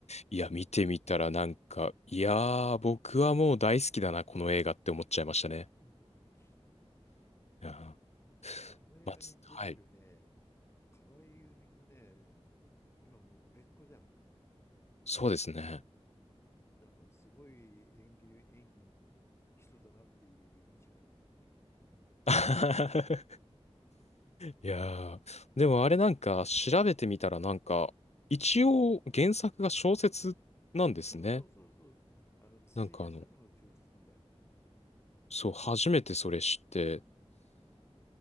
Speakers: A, on the left; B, on the left.
A: いや、見てみたらなんか、いやー、僕はもう大好きだな、この映画って思っちゃいましたね。
B: <laughs>
A: いやー
B: でもあの映画に出てるね、
A: まつ、はい。
B: 河合由美もね、今もう売れっ子じゃん。
A: そうですね。
B: なんかすごい演技、演技の人だなっていう印象が残ってる。うん。
A: <laughs> いやー、でもあれなんか調べてみたらなんか、一応原作が小説なんですね。
B: そうそうそうそう。あの、筒井康隆の小説みたいだよね。
A: なんかあの、そう、初めてそれ知って、
B: うんうんうん。